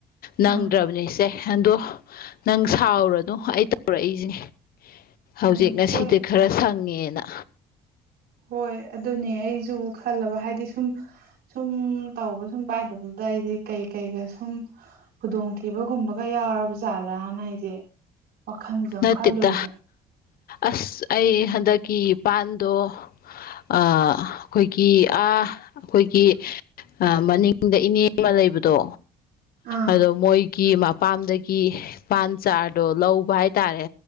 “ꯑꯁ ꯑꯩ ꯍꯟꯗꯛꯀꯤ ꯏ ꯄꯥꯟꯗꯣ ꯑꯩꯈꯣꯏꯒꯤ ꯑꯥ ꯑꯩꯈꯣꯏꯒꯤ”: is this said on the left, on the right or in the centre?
Left